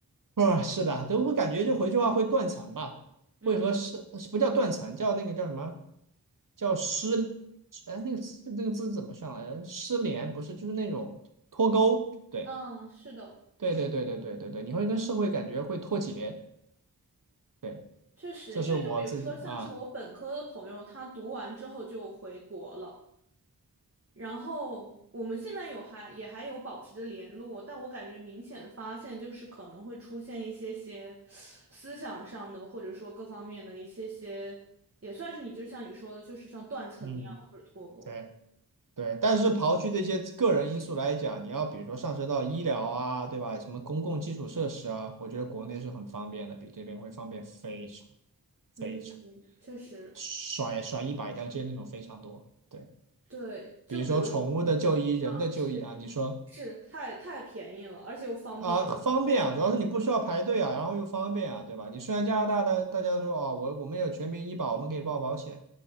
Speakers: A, on the right; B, on the right.
A: 啊，是的，都会感觉就回去的话会断层吧，
B: 嗯
A: 会和失不叫断层，叫那个叫什么？叫失，哎，那个词那个字怎么上来着？失联不是，就是那种脱钩。对，
B: 嗯，是的，
A: 对，对，对，对，对，对，对，你会跟社会感觉会脱节。对。
B: 确实，
A: 这是我自己啊，
B: 因为就比如说像是我本科的朋友，他读完之后就回国了。然后我们现在有还也还有保持着联络，但我感觉明显发现就是可能会出现一些些思想上的，或者说各方面的一些些，也算是你就像你说的，就是像断层一样的或者脱钩。
A: 嗯对对。但是刨去这些个人因素来讲，你要比如说上升到医疗啊，对吧？什么公共基础设施啊，我觉得国内是很方便的，比这边会方便非常非常，
B: 嗯，确实，
A: 甩甩一百条街那种非常多。对，
B: 对，就比如说
A: 比如说宠物的就医、人的就医啊，
B: 啊，是是太太便宜了，
A: 你说。
B: 而且又方便。
A: 啊，嗯方便啊，主要是你不需要排队啊，然后又方便啊，对吧？你虽然加拿大大大家都说哦，我我们有全民医保，我们可以报保险，